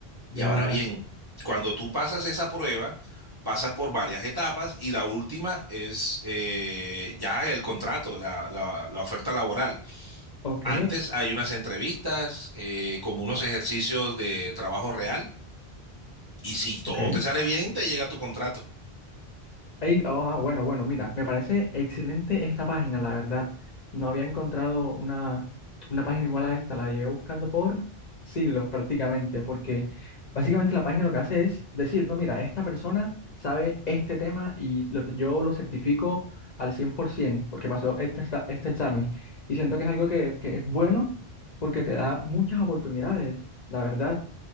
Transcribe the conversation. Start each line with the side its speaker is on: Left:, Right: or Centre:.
Left: Ya,
Right: Y ahora
Left: ya.
Right: bien, cuando tú pasas esa prueba, pasas por varias etapas y la última es eh, ya el contrato, la, la- la oferta laboral.
Left: Ok,
Right: Antes hay unas entrevistas, eh, como unos ejercicios de trabajo real y si todo
Left: ok.
Right: te sale bien, te llega tu contrato.
Left: Ey, ah, bueno, bueno, mira, me parece excelente esta página, la verdad. No había encontrado una, una página igual a esta, la llevé buscando por siglos prácticamente, porque básicamente la página lo que hace es decir, no, mira, esta persona sabe este tema y lo- yo lo certifico al 100% porque pasó este, esta- este examen. Y siento que es algo que, que es bueno porque te da muchas oportunidades, la verdad.